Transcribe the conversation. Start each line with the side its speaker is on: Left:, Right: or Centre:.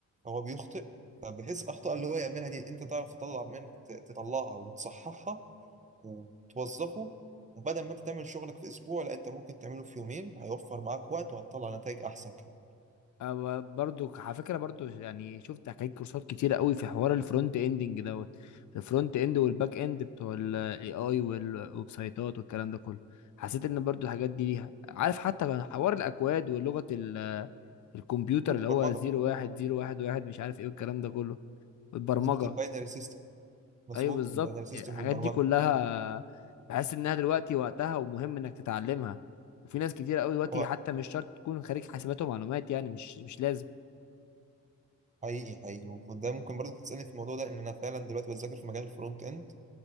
Right: هو بيخطئ فبحيث الأخطاء اللي هو يعملها دي أنت تعرف تطلع من ت- تطلعها وتصححها وتوظفه وبدل ما انت تعمل شغلك في اسبوع لا انت ممكن تعمله في يومين هيوفر معاك وقت وهتطلع نتائج احسن كمان
Left: أو برضو على فكره برضو يعني شفت حكايه كورسات كتيره قوي في حوار الفرونت اندنج دوت الفرونت اند والباك اند بتوع الاي اي والويب سايتات والكلام ده كله حسيت ان برضو الحاجات دي ليها عارف حتى كان حوار الاكواد ولغه ال- الكمبيوتر
Right: مظبوط
Left: اللي
Right: البرمجه
Left: هو زيرو واحد زيرو واحد واحد مش عارف ايه والكلام ده كله والبرمجه
Right: مظبوط الباينري سيستم مظبوط
Left: ايوه بالظبط
Right: الباينري سيستم
Left: يعني الحاجات
Right: والبرمجه
Left: دي كلها بحس انها دلوقتي وقتها ومهم انك تتعلمها وفي ناس كتير قوي دلوقتي
Right: هو
Left: حتى مش شرط تكون خريج حاسبات ومعلومات يعني مش مش لازم
Right: حقيقي حقيقي وده ممكن برضه تسالني في الموضوع ده ان انا فعلا دلوقتي بذاكر في مجال الفرونت اند